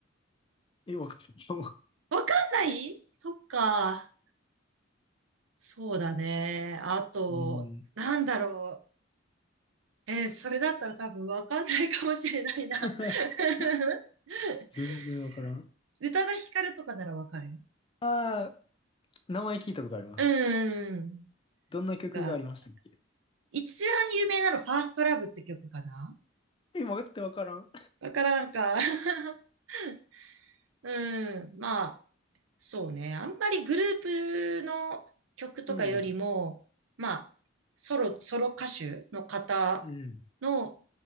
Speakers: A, on the left; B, on the right.
A: え、わかんない
B: わかんないそっか。そうだね。あと、
A: うん。
B: なんだろう。えーそれだったら多分わかんないかもしれないな。
A: <laughs>
B: <laughs>
A: 全然わからん。
B: 宇多田ヒカルとかならわかる
A: ああ、名前聞いたことあります。
B: うん。
A: どんな曲がありましたっけ
B: とか、一番有名なのファーストラブって曲かな
A: え、わかってわからん。
B: だからなんか <laughs> うん。まそうね。あんまりグループの曲とかよりも、
A: うん。
B: まあ、ソロ、ソロ歌手の方
A: うん。
B: の